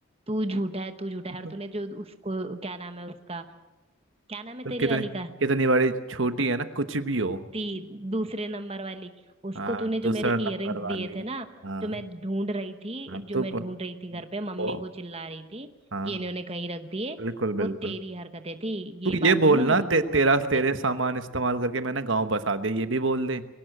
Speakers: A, on the right; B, on the right.
A: तू झूठा है तू झूठा
B: <laughs>
A: है और तूने जो उसको क्या नाम है उसका क्या नाम है
B: तो
A: तेरी
B: कितनी
A: वाली का
B: कितनी बड़ी छोटी है ना कुछ भी हो
A: ती दूसरे नंबर वाली उसको
B: हाँ
A: तूने
B: दूसरा
A: जो मेरे इयररिंग्स
B: नंबर
A: दिए
B: वाली
A: थे ना
B: हाँ
A: जो मैं ढूंढ रही थी
B: हाँ
A: जो
B: तो
A: मैं
B: ब-
A: ढूंढ रही थी घर पे मम्मी
B: ओ
A: को चिल्ला रही थी
B: हाँ
A: कि
B: हाँ
A: इन्होंने कहीं रख दिए
B: बिल्कुल
A: वो
B: बिल्कुल
A: तेरी हरकतें थी
B: तू
A: ये
B: ये
A: बात
B: बोलना
A: भी मैं मम्मी
B: ते, तेरा
A: को बताऊंगी
B: तेरे सामान इस्तेमाल करके मैंने गांव बसा दिया ये भी बोल दे